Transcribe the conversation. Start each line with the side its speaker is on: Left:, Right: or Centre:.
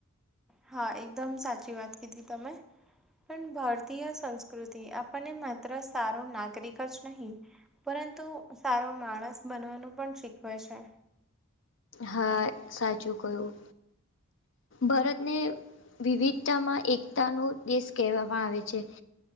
Centre: હા એકદમ સાચી વાત કીધી તમે. પણ ભારતીય સંસ્કૃતિ આપણને માત્ર સારો નાગરિક જ નહીં પરંતુ સારો માણસ બનવાનું પણ શીખવે છે.
Left: હા. સાચું કહ્યું. ભરતને વિવિધતામાં એકતાનો દેશ કહેવામાં આવે છે.